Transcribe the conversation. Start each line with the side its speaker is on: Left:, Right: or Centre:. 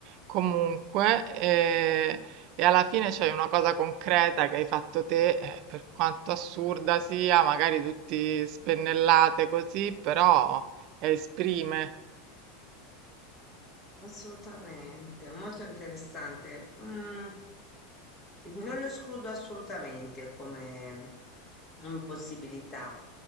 Right: comunque e, e alla fine c'è una cosa concreta che hai fatto te, eh, per quanto assurda sia, magari tutti spennellate così, però esprime.
Left: Assolutamente, molto interessante. Mm, non lo escludo assolutamente come, come possibilità,